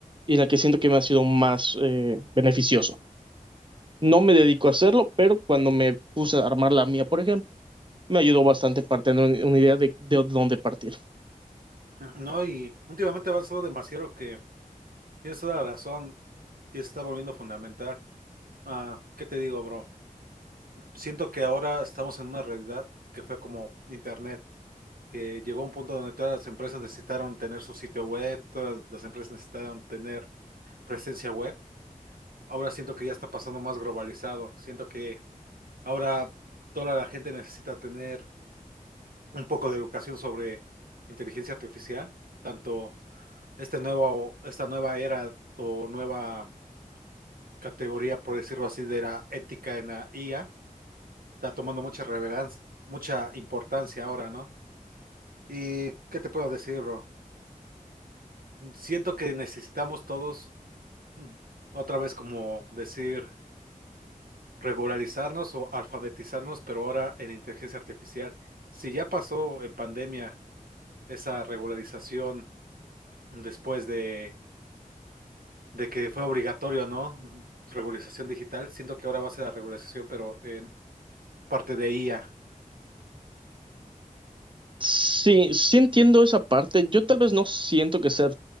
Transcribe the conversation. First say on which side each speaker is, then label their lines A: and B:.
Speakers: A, on the right; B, on the right.
A: y en la que siento que me ha sido más eh, beneficioso. No me dedico a hacerlo, pero cuando me puse a armar la mía, por ejemplo, me ayudó bastante para tener una idea de, de dónde partir.
B: No, y últimamente ha avanzado demasiado que tienes toda la razón, ya se está volviendo fundamental. Ah, ¿qué te digo, bro? Siento que ahora estamos en una realidad que fue como Internet, que llegó a un punto donde todas las empresas necesitaron tener su sitio web, todas las empresas necesitaron tener presencia web. ahora siento que ya está pasando más globalizado. Siento que ahora toda la gente necesita tener un poco de educación sobre inteligencia artificial, tanto este nuevo, esta nueva era o nueva categoría, por decirlo así, de la ética en la IA, está tomando mucha relevancia, mucha importancia ahora, ¿no? ¿Y qué te puedo decir, bro? Siento que necesitamos todos, mm, otra vez como decir regularizarnos o alfabetizarnos, pero ahora en inteligencia artificial. Si ya pasó en pandemia esa regularización después de, de que fue obligatorio, ¿no? Regularización digital, siento que ahora va a ser la regularización, pero en parte de IA.
A: Sí, sí entiendo esa parte. Yo tal vez no siento que sea